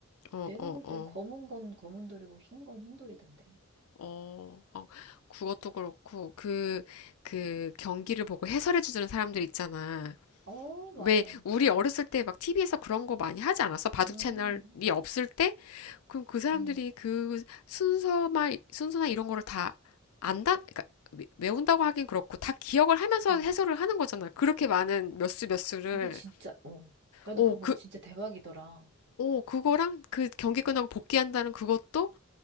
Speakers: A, on the left; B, on the right.
A: 어,
B: 내가
A: 어,
B: 볼
A: 어,
B: 땐 검은 건 검은 돌이고 흰 건 흰 돌이던데.
A: 어, 어, 그것도 그렇고, 그, 그 경기를 보고 해설해주는 사람들 있잖아.
B: 어, 맞아.
A: 왜, 우리 어렸을 때 막 TV에서 그런 거 많이 하지 않았어? 바둑
B: 음,
A: 채널이 없을 때? 그럼 그 사람들이
B: 음,
A: 그 순서만, 순서나 이런 거를 다 안다? 그러니까 외- 외운다고 하긴 그렇고, 다 기억을 하면서
B: 음.
A: 해설을 하는 거잖아. 그렇게 많은 몇 수 몇 수를.
B: 그거 진짜, 어. 나도
A: 오,
B: 그거
A: 그,
B: 보고 진짜 대박이더라.
A: 오, 그거랑 그 경기 끝나고 복귀한다는 그것도?